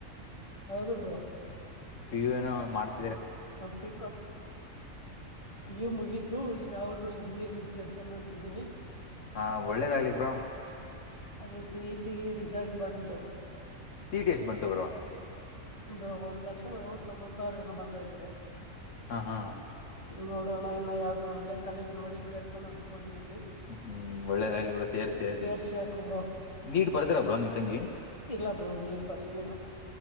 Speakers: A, on the left; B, on the left.
A: ಹೌದು ಬ್ರೋ,
B: ಪಿ, ಯುಏನೋ ಮಾಡ್ತ
A: ಪಿ, ಯು ಮುಗೀತು ಈಗ ಅವ್ರನು ಇಂಜಿನಿಯರಿಂಗ್, - ಸೇರ್ಸೋಣ ಅಂತಿದ್ದೀನಿ.
B: ಹಾ, ಒಳ್ಳೇದಾಗ್ಲಿ ಬ್ರೋ.
A: ಅದೇ ಸಿ, ಇ, ಟಿ ರಿಸಲ್ಟ್ ಬಂತು.
B: ಸಿಟಿ ಎಷ್ಟ್ ಬಂತು
A: -
B: ಬ್ರೋ
A: ಒಂದ್ ಲಕ್ಷ ನಲ್ವತ್ತೊಂಬತ್ ಸಾವಿರ ಏನೋ ಬಂದೈತೆ.
B: ಹಾ ಹಾ
A: ನೋಡೋಣ ಇನ್ನ ಯಾವ್ದನ ಒಳ್ಳೆ ಕಾಲೇಜ್ ನೋಡಿ ಸೇರ್ಸೋಣ ಅನ್ಕೊಂಡನಿ. -
B: ಹ್ಮ್, ಒಳ್ಳೇದಾಗ್ಲಿ ಬ್ರೋ ಸೇರ್ ಸೇರ್ಸಿ.
A: ಸೇರ್ಸ್ಬೇಕು ಬ್ರೋ
B: ನೀಟ್ ಬರ್ದರ ಬ್ರೋನಿಮ್ ತಂಗಿ.
A: ಇಲ್ಲ ಬ್ರೋ ನೀಟ್ ಬರ್ಸ್ಲಿಲ್ಲ